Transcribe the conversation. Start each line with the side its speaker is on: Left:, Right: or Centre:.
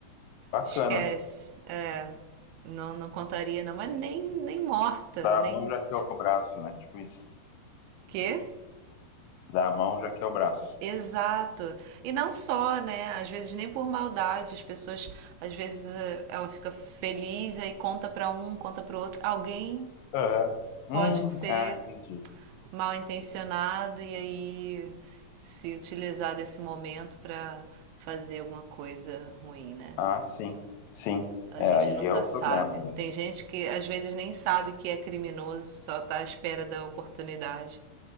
Left: Bacana.
Right: esquece. É, não, não contaria, não, mas nem, nem morta,
Left: Dá
Right: nem.
Left: a mão já que é o braço, né? Tipo isso.
Right: Quê?
Left: Dá a mão já que é o braço.
Right: Exato. E não só, né? Às vezes nem por maldade, as pessoas, às vezes eh, ela fica feliz aí conta pra um, conta pro outro. Alguém
Left: Aham. Hum,
Right: pode ser
Left: ah, entendi.
Right: mal intencionado e aí se se utilizar desse momento pra fazer alguma coisa ruim, né?
Left: Ah, sim, sim.
Right: A
Left: É,
Right: gente
Left: aí
Right: nunca
Left: é o
Right: sabe.
Left: problema mesmo.
Right: Tem gente que às vezes nem sabe que é criminoso, só tá à espera da oportunidade.